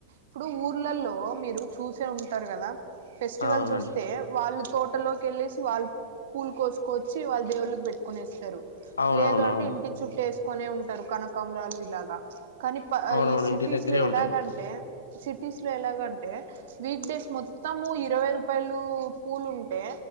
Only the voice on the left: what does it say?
అవునండి
అవునవును
అవును
అవునవును
ఇంటి దగ్గరే ఉంటాయి